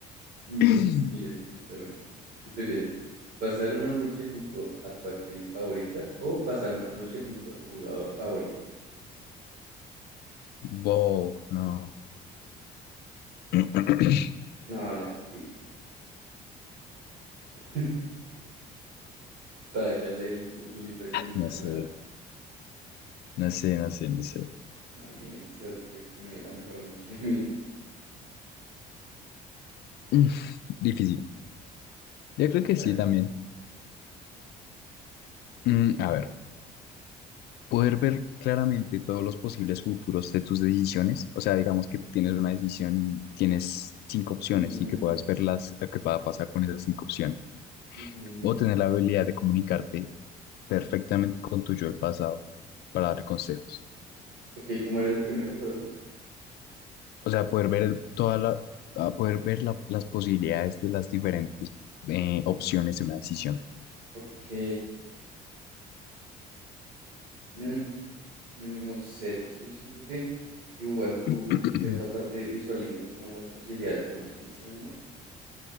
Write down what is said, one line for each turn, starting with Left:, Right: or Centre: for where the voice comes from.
Right: Mm,
Left: <laughs>
Right: Mira, esta está buena. ¿Qué prefieres? ¿Pasar una noche junto a tu actriz favorita o pasar una noche junto a tu jugador favorito?
Left: Wow, no. <clears throat>
Right: No, la actriz. <laughs> Baila la del futbolista que me
Left: No
Right: va a
Left: sé,
Right: dar.
Left: no sé, no sé, no sé.
Right: Una bien exótica que me dé la mejor noche de mi vida.
Left: Mm, Difícil. Yo creo que
Right: A ver.
Left: sí también. Mm, a ver, poder ver claramente todos los posibles futuros de tus decisiones. O sea, digamos que tienes una decisión y tienes cinco opciones
Right: Ujú,
Left: y que puedas verlas, lo que pueda pasar con esas cinco opciones.
Right: ujú.
Left: O tener la habilidad de comunicarte perfectamente con tu yo del pasado para dar consejos.
Right: Ok, ¿cómo era el primero, perdón?
Left: O sea, poder ver toda la, a poder ver la- las posibilidades de las diferentes eh, opciones de una decisión.
Right: Ok. mm, no sé, pues que yo siento que igual tú
Left: <clears throat>
Right: en cierta parte visualizas como las posibilidades de una decisión, ¿no?